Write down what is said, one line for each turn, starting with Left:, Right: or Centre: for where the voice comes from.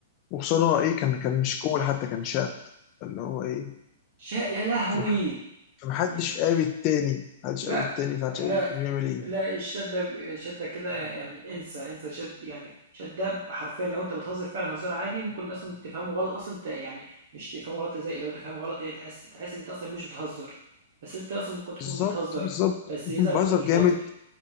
Left: وخصوصا هو ايه كان كان مش كول حتى كان شات اللي هو ايه
Right: شا يا لهوي!
Left: فمح- فمحدش
Right: ي
Left: قاري التاني محدش
Right: لأ،
Left: قاري التاني فمحدش
Right: لأ،
Left: قاري بيعمل ايه
Right: لأ الشدّة ب شدّة كده يعني انسى، انسى شد يعني شدّة حرفيًا لو أنت بتهزر فعلًا هزار عادي ممكن أصلًا تفهمه غلط أصلًا أنت يعني مش تفهمه غلط تزعل، لو تفهمه غلط يعني تحس تحس إن أنت أصلًا مش بتهزر، بس أنت أصلًا ممكن تكون
Left: بالظبط
Right: بتهزر،
Left: بالظبط
Right: بس
Left: يكون
Right: يظهر إن
Left: بهزر
Right: أنت مش
Left: جامد
Right: بتهزر.